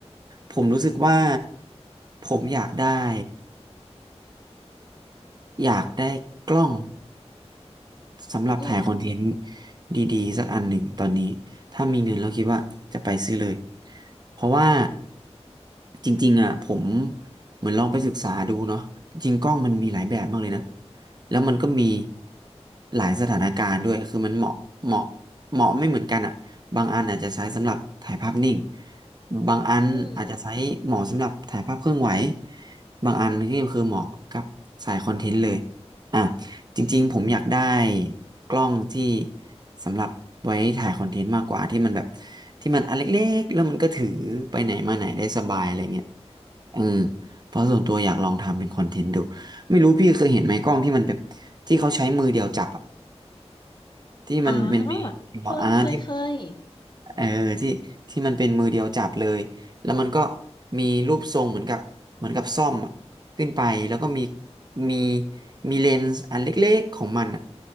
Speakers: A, on the right; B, on the left.
A: ผมรู้สึกว่าผมอยากได้อยากได้กล้อง สำหรับถ่ายคอนเทนต์
B: อืม
A: ดีๆสักอันหนึ่งตอนนี้ถ้ามีเงินเราคิดว่าจะไปซื้อเลยเพราะว่าจริงๆอ่ะผมเหมือนลองไปศึกษาดูเนาะจริงกล้องมันมีหลายแบบมากเลยนะ
B: อืม
A: แล้วมันก็มีหลายสถานการณ์ด้วยคือมันเหมาะเหมาะเหมาะไม่เหมือนกันอ่ะบางอันอาจจะใช้สำหรับถ่ายภาพนิ่งบางอันอาจจะใช้เหมาะสำหรับถ่ายภาพเคลื่อนไหว
B: อืม
A: บางอันนี่คือเหมาะกับสายคอนเทนต์เลยอ่ะ จริงๆผมอยากได้กล้องที่สำหรับไว้ถ่ายคอนเทนต์มากกว่าที่มันแบบที่มันอันเล็กๆแล้วมันก็ถือไปไหนมาไหนได้สบายอะไรเงี้ยเออเพราะส่วนตัวอยากลองทำเป็นคอนเทนต์ดูไม่รู้พี่เคยเห็นไหมกล้องที่มันแบบที่เขาใช้มือเดียวจับอะที่มันเป็นมี
B: อ่าเคยเคยเคย
A: อ่าที่ เออที่ที่มันเป็นมือเดียวจับเลยแล้วมันก็มีรูปทรงเหมือนกับเหมือนกับซ่อมอะขึ้นไปแล้วก็มีมีมีเลนส์อันเล็กๆของมันอะ